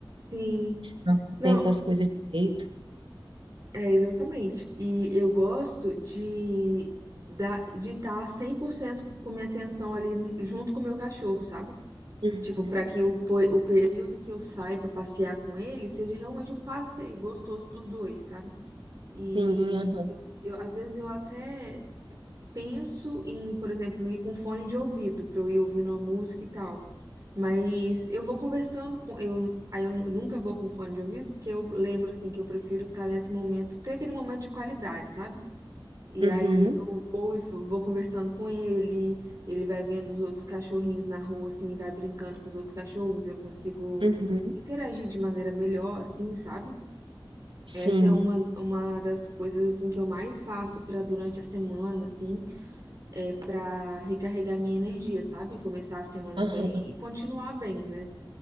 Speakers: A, on the right; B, on the right.
A: Sim,
B: não contempla
A: não,
B: as coisas direito.
A: é exatamente. E eu gosto de da, de estar 100% com minha atenção ali junto com o meu cachorro, sabe?
B: Uhum.
A: Tipo, para que o, pe- o período que eu saio para passear com ele seja realmente um passeio gostoso para os dois, sabe? E
B: Sim, aham.
A: eu, eu- às vezes eu até penso em, por exemplo, ir com fone de ouvido, para eu ir ouvindo a música e tal. Mas eu vou conversando com eu, aí eu nu- nunca vou com fone de ouvido, porque eu lembro assim que eu prefiro estar nesse momento, ter aquele momento de qualidade, sabe? E
B: Uhum.
A: aí eu vou e vou vou conversando com ele, ele vai vendo os outros cachorrinhos na rua, assim, vai brincando com os outros cachorros, eu consigo
B: Uhum.
A: interagir de maneira melhor, assim, sabe?
B: Sim,
A: Essa é uma, uma das coisas, assim, que eu mais faço para durante a semana, assim, é para recarregar minha energia, sabe? Começar a semana
B: aham.
A: bem e continuar bem, né?